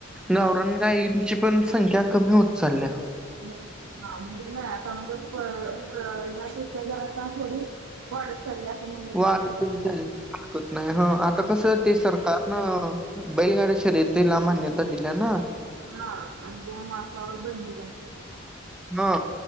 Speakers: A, in the centre; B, on the right.
A: गावरान गाईंची पण संख्या कमी होत चालल्या.
B: हा म्हणजे आपण <unintelligible>
A: वाद
B: <unintelligible>
A: हरकत नाही, ह आता कसं ते सरकार नं बैलगाडी शर्यतीला मान्यता दिल्या ना.
B: हा अनभव मानसांवर बेंदीलाय म्हणं
A: हा